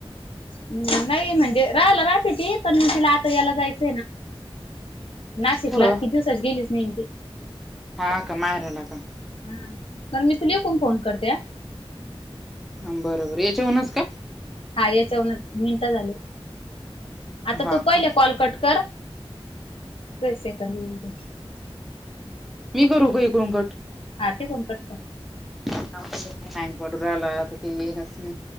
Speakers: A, on the left (about 65°); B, in the centre.
A: हम् नाही म्हणजे राहाला राहते त पण तिला आता यायला जायचंय ना- नाशिकला
B: कुठं
A: किती दिवसाची गेलीच नायी ना ती
B: हा का, माहेरला का?
A: <unintelligible> मी तुला इकून फोन करते हा
B: हा बरंबर याच्याहूनच का?
A: हा याच्यावूनच मिनटं झाले. आता
B: हा
A: तू पहिला
B: कर
A: कॉल कट कर पैसे येतात म्हणजे <unintelligible>
B: मी करू का इकडून कट?
A: हा तिकून कट कर
B: <unintelligible> पडू राहिला आता ते येईनच नाही